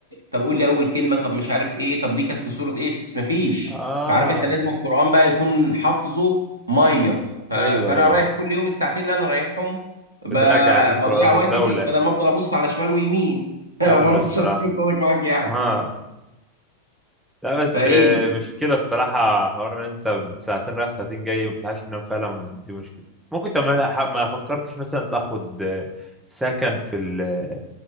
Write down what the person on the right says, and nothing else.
طب قول لي اول كلمه طب مش عارف ايه طب دي كانت في سوره ايه مفيش
فعارف انت لازم القران بقى يكون حافظه ميه ف... فانا
رايح
كل يوم الساعتين اللي انا رايحهم ب...
بضيع وقتي
فيه بدل ما افضل ابص على شمال ويمين <laughs> برضه
مش هكون صادق معاك يعني
فايه